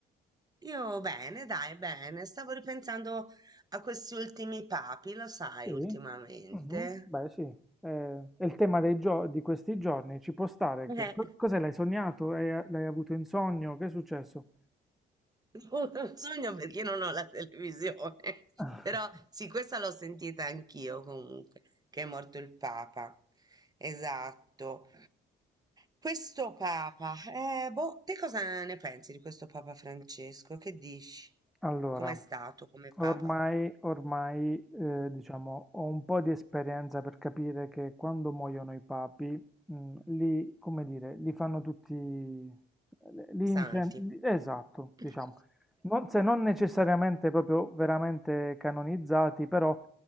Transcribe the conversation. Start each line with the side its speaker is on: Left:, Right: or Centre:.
Right: io bene, dai, bene. Stavo ripensando a questi ultimi papi, lo sai,
Centre: Sì.
Right: ultimamente.
Centre: Mhm, Beh, sì. Eh, è il tema dei gio- di questi giorni. Ci può stare
Right: Eh.
Centre: che... co- Cos'è? L'hai sognato? Hai- L'hai avuto in sogno? Che è successo?
Right: <laughs> Non lo sogno perché non ho la televisione, <laughs>
Centre: <laughs>
Right: però sì, questa l'ho sentita anch'io comunque, che è morto il Papa. Esatto. Questo Papa, eh, boh, te cosa ne pensi di questo Papa Francesco? Che dici?
Centre: Allora,
Right: Com'è stato come Papa?
Centre: ormai, ormai eh, diciamo, ho un po' di esperienza per capire che quando muoiono i papi, mh, li, come dire, li fanno tutti, li
Right: Santi.
Centre: incen- li- esatto,
Right: <laughs>
Centre: diciamo, non, se non necessariamente proprio veramente canonizzati, però